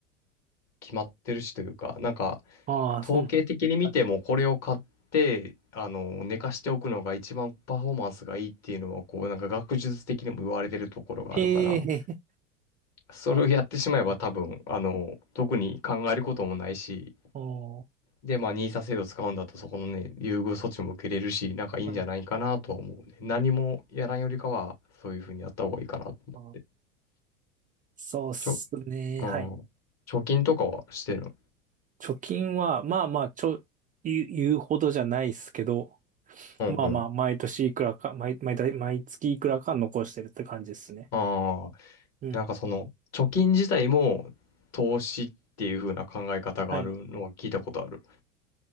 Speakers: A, on the left; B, on the right.
A: 決まってるしというか、なんか、
B: ああ、
A: 統計的に見てもこれを買って、
B: そうなんですね。はい。
A: あの、寝かしておくのが一番パフォーマンスがいいっていうのは、こう、なんか学術的にも言われてるところがあるから、
B: ええ
A: それをやってしまえば多分、
B: あ、はい。
A: あの、特に考えることもないし、
B: あー
A: で、まあ、ニーサ制度使うんだったらそこのね、優遇措置も受けれるし、なんかいいんじゃないかなとは思うね。
B: はい。
A: 何もやらんよりかは、そういうふうにやった方がいいかなと思って。
B: あ、そうっすね。
A: ちょ、うん。
B: はい。
A: 貯金とかはしてるの
B: 貯金は、まあまあ、ちょ、言う、言うほどじゃないっすけど、
A: うんうん。
B: まあまあ、毎年いくらか、毎、毎、毎月いくらか残してるって感じですね。
A: ああ。
B: うん。
A: なんかその、貯金自体も投資っていう風な考え方があるのは聞いたことある。
B: はい。